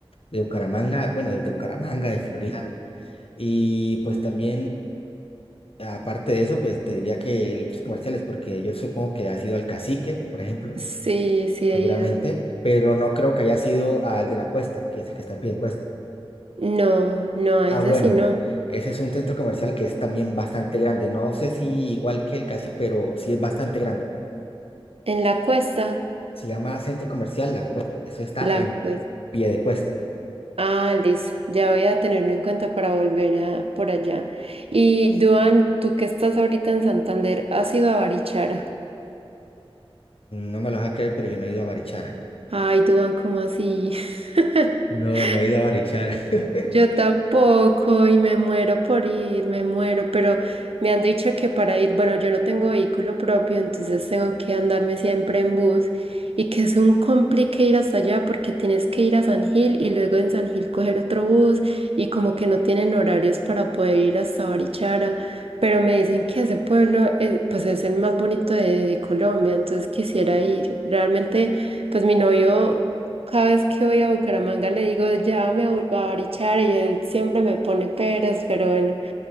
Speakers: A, on the left; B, on the right.
A: de Bucaramanga, bueno, de, de Bucaramanga, de Florida. Y pues también, aparte de eso, pues te diría que los comerciales, porque yo supongo que ha sido al Cacique, por ejemplo,
B: Sí, sí
A: seguramente,
B: he ido.
A: pero no creo que haya sido al de la Cuesta, que es el que está en pie de cuesta.
B: No, no, a
A: Ah,
B: esa
A: bueno,
B: sí no.
A: ese es un centro comercial que es también bastante grande. No sé si igual que el Cacique, pero sí es bastante grande.
B: En la cuesta,
A: Se llama Centro Comercial La Cueva. Eso está
B: la
A: en
B: cuesta.
A: pie de cuesta.
B: Ah, listo. Ya voy a tenerlo en cuenta para volver a, por allá. Y Duan, tú que estás ahorita en Santander, ¿has ido a Barichara?
A: No me lo vas a creer, pero yo no he ido a Barichara.
B: Ay, Duan, ¿cómo así? <laughs>
A: No, no he ido a Barichara. <laughs>
B: Yo tampoco y me muero por ir, me muero, pero me han dicho que para ir, bueno, yo no tengo vehículo propio, entonces tengo que andarme siempre en bus y que es un complique ir hasta allá porque tienes que ir a San Gil y luego en San Gil coger otro bus y como que no tienen horarios para poder ir hasta Barichara, pero me dicen que ese pueblo es, pues es el más bonito de, de Colombia, entonces quisiera ir. Realmente, pues mi novio... Cada vez que voy a Bucaramanga le digo, llévame a, Bu- a Barichara y él siempre me pone peros, pero bueno,